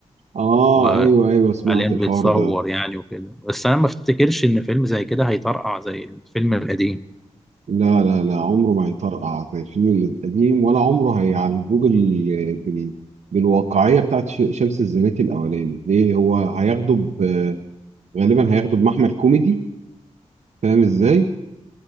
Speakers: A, on the right; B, in the centre.
A: اه
B: وحاليا
A: ايوه ايوه سمعت
B: بيتصور
A: الحوار ده
B: يعني وكده بس انا ما افتكرش ان فيلم زي كده هيطرقع زي الفيلم القديم
A: لا لا لا عمره ما هيطرقع زي الفيلم القديم ولا عمره هيعالجوه بال... بال... بالواقعيه بتاعت ش... شمس الزناتي الاولاني ليه هو هياخده ب... غالبا هياخده بمحمل كوميدي فاهم ازاي